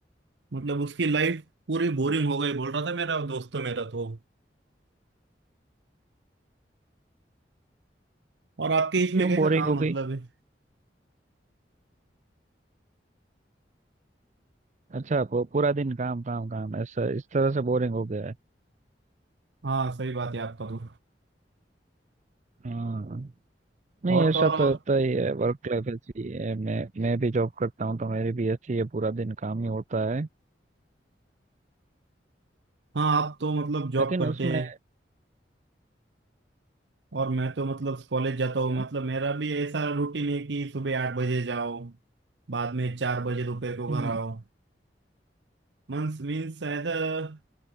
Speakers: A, on the right; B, on the right.
A: मतलब उसकी लाइफ पूरी बोरिंग हो गई बोल रहा था मेरा दोस्त तो मेरा तो और आपके इसमें
B: क्यों
A: कैसा
B: बोरिंग
A: काम
B: हो गई
A: मतलब है
B: अच्छा पू- पूरा दिन काम काम काम ऐसा इस तरह से बोरिंग हो गया है
A: हाँ सही बात है आपका तो
B: हाँ नहीं
A: और
B: ऐसा
A: तो और
B: तो
A: आप
B: होता ही है वर्क लाइफ ऐसी है मैं मैं भी जॉब करता हूँ तो मेरी भी ऐसी है पूरा दिन काम ही होता है
A: हाँ आप तो मतलब जॉब
B: लेकिन
A: करते
B: उसमें
A: हैं और मैं तो मतलब कॉलेज जाता हूँ
B: क्या
A: मतलब मेरा भी ऐसा रूटीन है कि सुबह आठ बजे जाओ बाद में चार बजे दोपहर को घर
B: हम्म
A: आओ मंस मीन्स शायद अ,